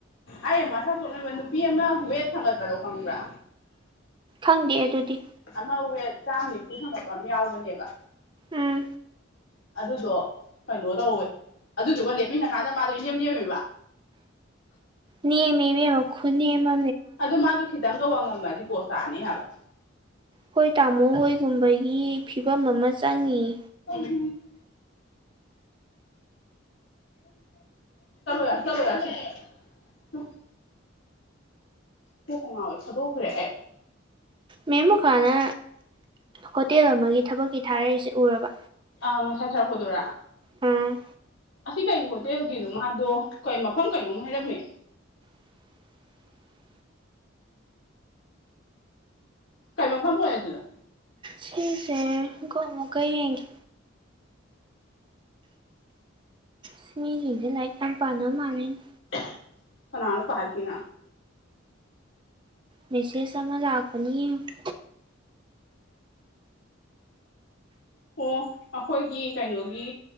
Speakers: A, on the left; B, on the right.
A: ꯑꯩꯅ ꯃꯁꯛ ꯊꯣꯛꯅꯦꯕ ꯅꯨꯄꯤ ꯑꯃ ꯋꯦꯠ ꯊꯥꯡꯒꯠꯄꯗꯣ ꯈꯪꯕ꯭ꯔ
B: ꯈꯪꯗꯦ ꯑꯗꯨꯗꯤ
A: ꯑꯃ ꯋꯦꯠ ꯆꯥꯝ ꯅꯤꯝꯐꯨ ꯊꯥꯡꯒꯠꯄ ꯑꯃ ꯌꯥꯎꯕꯅꯦꯕ
B: ꯎꯝ
A: ꯑꯗꯨꯗꯣ ꯀꯩꯅꯣ ꯇꯧꯋꯦ ꯑꯗꯨꯗꯨꯒ ꯂꯦꯞꯃꯤꯟꯅ ꯀꯟꯗ ꯃꯗꯣ ꯏꯅꯦꯝ ꯅꯦꯝꯃꯤꯕ
B: ꯅꯦꯝꯃꯤ ꯏꯕꯦꯝꯃ ꯈꯨꯅꯦꯝꯃ
A: ꯑꯗꯨ ꯃꯗꯣ ꯈꯤꯇꯪꯒ ꯋꯥꯡꯉꯝꯃꯗꯤ ꯄꯣꯁ ꯇꯅꯤ ꯍꯥꯏꯕ
B: ꯈꯣꯏ ꯇꯃꯣ ꯍꯣꯏꯒꯨꯝꯕꯒꯤ ꯐꯤꯕꯝ ꯑꯃ ꯆꯪꯉꯤꯌꯦ
A: <unintelligible> ꯆꯠꯂꯣ ꯌꯥꯔꯦ ꯆꯠꯂꯣ ꯌꯥꯔꯦꯁꯦ ꯆꯣ ꯀꯣꯛꯀꯥ ꯉꯥꯎꯋꯦ ꯊꯥꯗꯣꯛꯈ꯭ꯔꯦ ꯑꯩ
B: ꯃꯦꯝꯃꯨꯈꯥꯅ ꯍꯣꯇꯦꯜ ꯑꯃꯒꯤ ꯊꯕꯛꯀꯤ ꯊꯥꯔꯛꯏꯁꯦ ꯎꯔꯕ
A: ꯑꯥ ꯉꯁꯥꯏ ꯊꯥꯔꯛꯄꯗꯨꯔꯥ
B: ꯎꯝ
A: ꯑꯁꯤ ꯀꯩ ꯍꯣꯇꯦꯜꯒꯤꯅꯣ ꯃꯥꯗꯣ ꯀꯩ ꯃꯐꯝ ꯀꯩꯅꯣꯝꯃꯥ ꯍꯥꯏꯔꯝꯃꯦ
B: <inaudible>
A: ꯀꯩ ꯃꯐꯝ ꯑꯣꯏ ꯑꯗꯨꯗ
B: ꯁꯤꯁꯦ ꯒꯣ ꯑꯃꯨꯛꯀ ꯌꯦꯡꯒꯦ ꯁꯤꯁꯤꯡꯁꯦ ꯂꯥꯏꯔꯤꯛ ꯌꯥꯝ ꯄꯥꯗ ꯃꯥꯜꯂꯤꯅꯦ
A: ꯎꯍꯝ ꯀꯅꯥꯅꯣ ꯄꯥꯢꯁꯤꯅ
B: ꯃꯦꯁꯦꯁ ꯑꯃ ꯂꯥꯛꯄꯅꯤ ꯌꯦꯡꯉꯨ
A: ꯑꯣ ꯑꯩꯈꯣꯏꯒꯤ ꯀꯩꯅꯣꯒꯤ